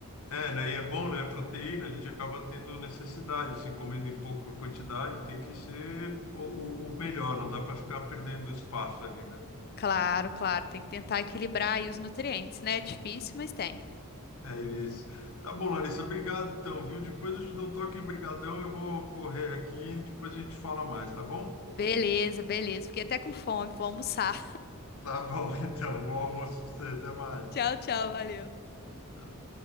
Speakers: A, on the left; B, on the left.
A: É, né? E é bom, né? Proteína, a gente acaba tendo necessidade, assim, comendo em pouca quantidade, tem que ser o, o- o melhor, não dá para ficar perdendo espaço ali, né?
B: Claro, claro, tem que tentar equilibrar aí os nutrientes, né? É difícil, mas tem.
A: É isso. Tá bom, Larissa, obrigado então, viu? Depois eu te dou um toque, brigadão, eu vou correr aqui e depois a gente fala mais, tá bom?
B: Beleza, beleza. Fiquei até com fome, vou almoçar.
A: Tá bom, <laughs> então, bom almoço pra você, até mais.
B: <laughs> Tchau, tchau, valeu.
A: Tchau.